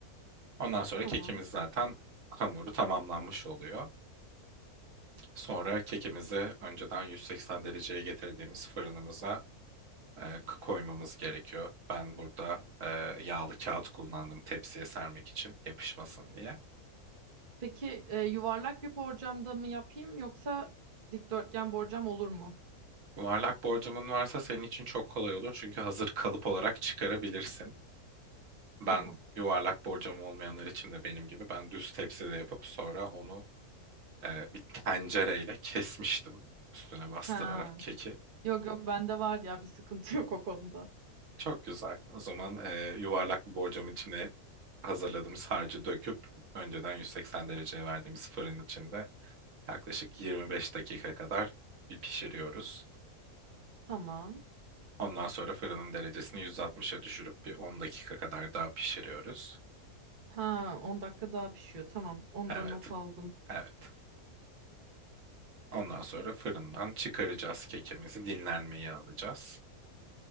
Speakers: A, on the right; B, on the right.
A: Ondan sonra
B: Tamam.
A: kekimiz zaten hamuru tamamlanmış oluyor. Sonra kekimizi önceden 180 dereceye getirdiğimiz fırınımıza e, k- koymamız gerekiyor. Ben burada e, yağlı kağıt kullandım tepsiye sermek için yapışmasın diye.
B: Peki e, yuvarlak bir borcamda mı yapayım yoksa dikdörtgen borcam olur mu?
A: Yuvarlak borcamın varsa senin için çok kolay olur çünkü hazır kalıp olarak çıkarabilirsin. Ben
B: Tamam.
A: yuvarlak borcam olmayanlar için de benim gibi ben düz tepside yapıp sonra onu e, bir tencereyle kesmiştim üstüne bastırarak
B: Ha.
A: keki.
B: Yok yok bende var ya bir sıkıntı <laughs> yok o konuda.
A: Çok güzel. O zaman e, yuvarlak bir borcamın içine hazırladığımız harcı döküp önceden 180 dereceye verdiğimiz fırın içinde Yaklaşık 25 dakika kadar bir pişiriyoruz.
B: Tamam.
A: Ondan sonra fırının derecesini 160'a düşürüp bir 10 dakika kadar daha pişiriyoruz.
B: Ha on dakika daha pişiyor. Tamam. Onu da
A: Evet,
B: not aldım.
A: evet. Ondan sonra fırından çıkaracağız kekimizi, dinlenmeye alacağız.